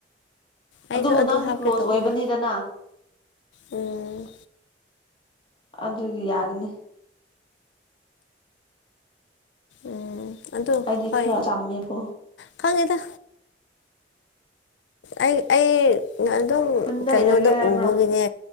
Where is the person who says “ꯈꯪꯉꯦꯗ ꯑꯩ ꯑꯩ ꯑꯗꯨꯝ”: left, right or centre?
Left